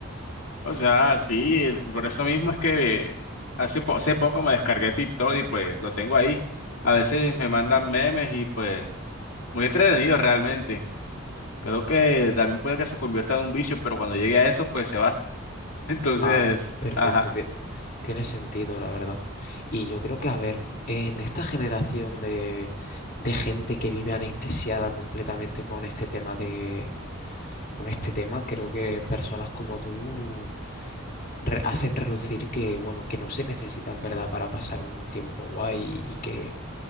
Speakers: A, on the left; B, on the left.
A: O sea, sí, eh, por eso mismo es que hace, po- hace poco me descargué TikTok y pues lo tengo ahí. A veces me mandan memes y pues muy entretenido realmente. Creo que también puede que se convierta en un vicio, pero cuando llegue a eso pues se va. <laughs> Entonces,
B: Ah, pe- perfecto,
A: ajá,
B: tie- tiene sentido, la verdad. Y yo creo que, a ver, en esta generación de, de gente que vive anestesiada completamente con este tema de, con este tema, creo que personas como tú re- hacen relucir que, bueno, que no se necesita en verdad para pasar un tiempo guay y que,